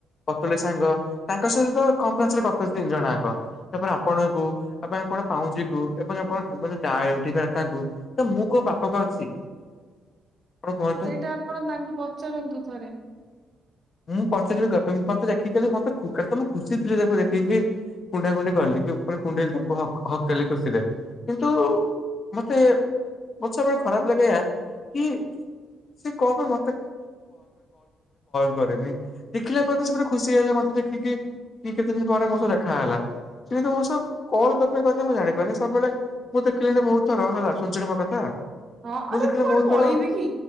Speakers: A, on the left; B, on the right.
A: ପତୁଳି ସାଙ୍ଗ ତାଙ୍କ ସହିତ ତ କଫରେନ୍ସ ଗପୁଛନ୍ତି ତିନି ଜଣ ଯାକ। ତାପରେ ଆପଣଙ୍କୁ ଆପଣ କଣ ପାଉଁଜି କୁ। ପୁଣି ଆପଣ <unintelligible> ତାଙ୍କୁ ତ ମୁଁ କୋଉ ପାପ କରିଛି। ଆପଣ କୁହନ୍ତୁ?
B: ସେଇଟା ଆପଣ ତାଙ୍କୁ ପଚାରନ୍ତୁ ଥରେ।
A: ମୁଁ ପଚାରିବି ମୁଁ ମତେ ଦେଖିକି ମତେ ଖୂ ଖା ତ ମୁଁ ଖୁସି ଥିଲ ତାକୁ ଦେଖିକି କୁଣ୍ଡା କୁଣ୍ଡି କଲି। ଟିକେ ଉପରେ କୁଣ୍ଡେଇକି ତାକୁ ହଗ୍ କଲି କଲି ଖୁସିରେ କିନ୍ତୁ ମତେ ବହୁତ ସମୟରେ ଖରାପ ଲାଗେ ଏୟା କି ସେ କଣ ପାଇଁ ମୋତେ <unintelligible> କଲ୍ କରେନି ଦେଖିଲା ପରେ ତ ସିଏ ପୁରା ଖୁସି ହେଇଗଲା ମତେ ଦେଖିକି କି କେତେ ଦିନ ପରେ ମୋ ସହ ଦେଖାହେଲା। ସେ ତ ମୋ ସହ କଲ କଣ ପାଇଁ କରିଥିଲା ମୁଁ ଜାଣିପାରୁନି। ସବୁବେଳେ ମୁଁ ଦେଖିଲିଣି ବହୁତ ଥର ହେଲା ଶୁନୁଚୁ ତ ତୁ ମୋ କଥା
B: ହଁ
A: ମୁଁ
B: ଆରେ
A: ଦେଖିଲି
B: କୁଆଡେ
A: ବହୁତ
B: ପଳେଇବି
A: ଥର
B: କି